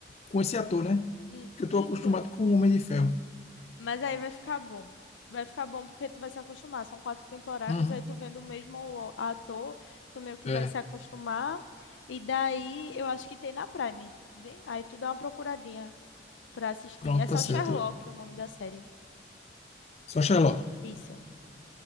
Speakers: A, on the left (about 35°); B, on the left (about 85°).
A: com esse ator, né?
B: Hum,
A: Porque eu tô
B: Então.
A: acostumado com o Homem de Ferro.
B: Mas aí vai ficar bom. Vai ficar bom porque tu vai se acostumar. São quatro temporadas,
A: Uhum.
B: aí tu vendo o mesmo ator, tu meio que
A: É,
B: vai se acostumar. E daí eu acho que tem na Prime, vê? Aí tu dá uma procuradinha pra assistir.
A: pronto,
B: É só
A: tá certo.
B: Sherlock o nome da série.
A: Só Sherlock.
B: Isso.